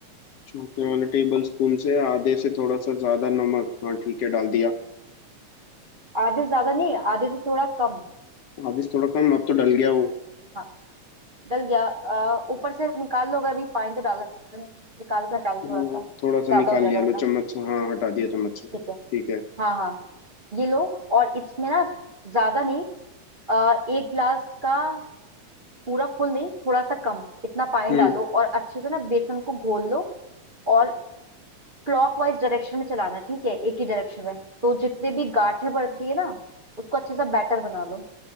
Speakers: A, on the left; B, on the right.
A: छोटे वाले टेबल स्पून से आधे से थोड़ा सा ज्यादा नमक हाँ ठीक है डाल दिया
B: आधे से ज्यादा नहीं आधे से थोड़ा कम
A: आधे से थोड़ा कम अब तो डल गया वो
B: हाँ डल गया अ, ऊपर से निकाल लो अगर अभी पानी तो डाला नहीं निकाल कर डालो
A: हाँ,
B: थोड़ा सा
A: थोड़ा सा
B: ज्यादा
A: निकाल
B: हो जाएगा
A: लिया
B: वरना
A: लो चम्मच से हाँ हटा दिया चम्मच से ठीक
B: ठीक है
A: है
B: हाँ हाँ ये लो और इसमें ना ज्यादा नहीं आ, एक गिलास का पूरा फुल नहीं थोड़ा सा कम इतना पानी
A: हम्म
B: डालो और अच्छे से ना बेसन को घोल लो और क्लॉकवाइज डायरेक्शन में चलाना ठीक है एक ही डायरेक्शन में तो जितने भी गांठें पड़ती है ना उसको अच्छे से बैटर बना लो